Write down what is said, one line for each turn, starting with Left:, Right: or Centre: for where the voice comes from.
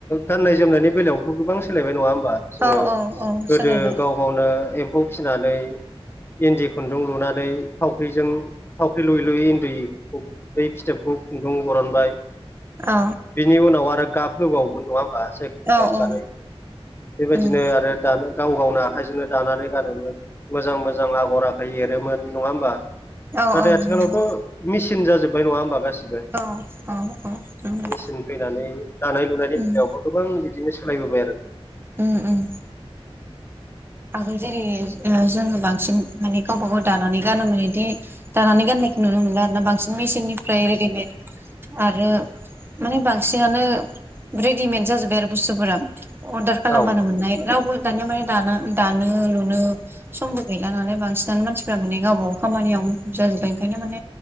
Left: गाननाय-जोमनायनि बेलायावथ' गोबां सोलायबाय नङा होमबा? जोङो
Right: औ औ औ
Left: गोदो
Right: सोलायबाय
Left: गाव गावनो एम्फौ फिनानै इन्दि खुन्दुं लुनानै थावख्रिजों थावख्रि लुयै लुयै उन्दै बै फिथोबखौ खुन्दुं बरनबाय
Right: अ
Left: बिनि उनाव आरो गाब होबावोमोन नङा होमबा जायखौ
Right: औ
Left: गाब
Right: औ
Left: गानाय बेबायदिनो
Right: उम
Left: आरो दानो गाव गावनो आखाइजोंनो दानानै गानोमोन मोजां मोजां आगर आखाइ एरोमोन नङा होमबा?
Right: औ
Left: नाथाय
Right: औ
Left: आथिखालावथ'
Right: नंगौ
Left: मेचिन जाजोबबाय नङा होमबा गासिबो
Right: औ औ औ नंगौ
Left: मेचिन फैनानै दानाय लुनायनि
Right: उम
Left: बेलायावबो गोबां बिदिनो सोलायबोबाय आरो
Right: ओम ओम आगोल जेरै ओ जोङो बांसिन माने गावबा गाव दानानै गानोमोन इदि दानानै गाननायखौ नुनो मोनला आरोना बांसिन मेसिननिफ्राय रेडिमेड आरो माने बांसिनानो रेडिमेड जाजोब्बाय आरो बुस्थुफोरा अर्दार खालामबानो
Left: औ
Right: मोननाय रावबो दानिया माने दानो दानो लुनो समबो गैला नालाय बांसिनानो मानसिफ्रा माने गावबाागाव खामानियाव जाजोबबाय ओंखायनो माने